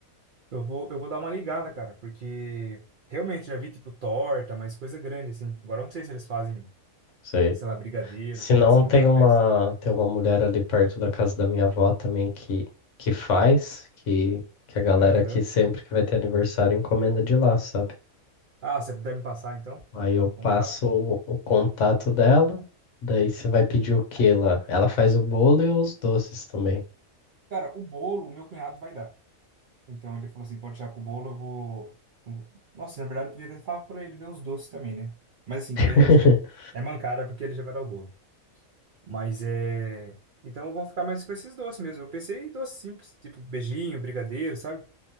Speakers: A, on the right; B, on the left.
A: Eu vou, eu vou dar uma ligada, cara, porque realmente já vi tipo torta, mas coisa grande assim. Agora eu não sei se eles fazem,
B: Sei.
A: sei lá, brigadeiro,
B: Se
A: coisa
B: não,
A: assim
B: tem
A: pra
B: uma,
A: festa.
B: tem uma mulher ali perto da casa da minha avó também que, que faz, que, que a galera
A: Aham.
B: aqui sempre que vai ter aniversário encomenda de lá, sabe?
A: Ah, se você puder me passar então
B: Aí eu
A: o contato.
B: passo o, o contato dela, daí você vai pedir o que lá? Ela faz o bolo e os doces também.
A: Cara, o bolo, o meu cunhado vai dar. Então ele falou assim: pode tirar com o bolo, eu vou. eu vou- Nossa, na verdade eu podia até falar pra ele ver os doces também, né? Mas assim, que
B: <laughs>
A: daí acho que é mancada porque ele já vai dar o bolo. Mas é. Então eu vou ficar mais com esses doces mesmo. Eu pensei em doces simples, tipo beijinho, brigadeiro, sabe?